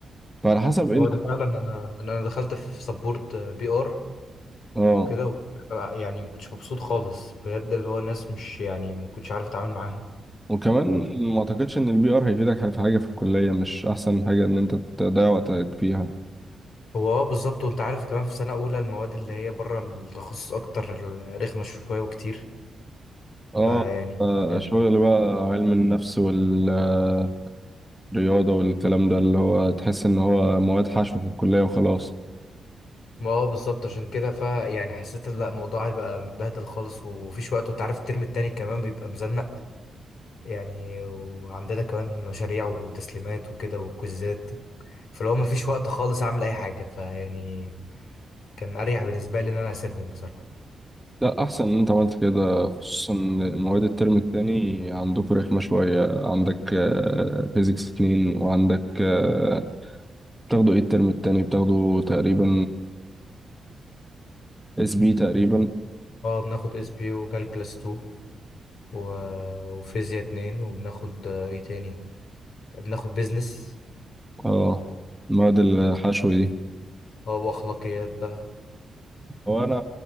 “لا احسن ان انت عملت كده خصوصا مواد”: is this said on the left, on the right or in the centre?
Centre